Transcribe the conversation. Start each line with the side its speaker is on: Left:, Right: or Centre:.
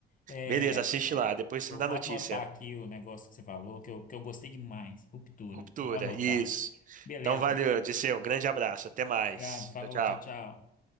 Left: É,
Right: Beleza, assiste
Left: é,
Right: lá. Depois você
Left: eu
Right: me dá
Left: vou
Right: notícia.
Left: anotar aqui o negócio que você falou, que eu, que eu gostei demais. Ruptura.
Right: Ruptura,
Left: Eu vou anotar.
Right: isso.
Left: Beleza.
Right: Então, valeu, Odisseu. Grande
Left: Ô,
Right: abraço. Até mais.
Left: obrigado. Falou,
Right: Tchau, tchau.
Left: tchau, tchau.